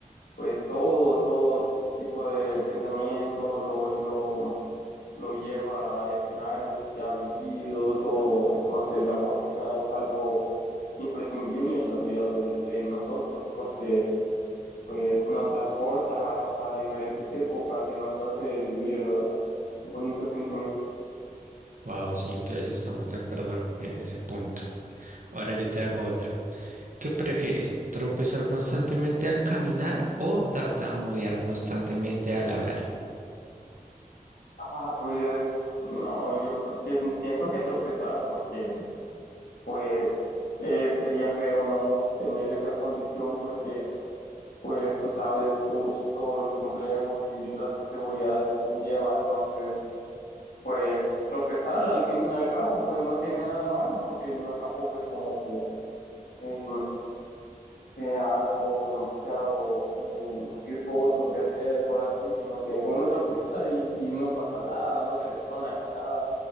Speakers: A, on the left; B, on the right.
A: pues todo, todo tipo de pensamiento, lo, y lo, lo lleva a escenarios que ha vivido, todo. Entonces la música es algo imprescindible en la vida de, de nosotros porque pues nos transporta a, a diferentes épocas y nos hace vivir bonitos sentimientos.
B: Wow, sí, entonces estamos de acuerdo en ese punto. Ahora yo te hago otra. ¿Qué prefieres? ¿Tropezar constantemente al caminar o tartamudear constantemente al hablar?
A: Ah, pues no, yo cre- si- siento que tropezar porque pues eh, sería feo no tener esa condición porque pues tú sabes sus- todos los complejos y las inseguridades que conlleva, entonces pues tropezar al fin y al cabo pues no tiene nada de malo porque no tampoco es como que em, sea algo demasiado em, riesgoso que hacer, cosas así, sino que uno tropieza y, y no pasa nada, no se lesiona, nada.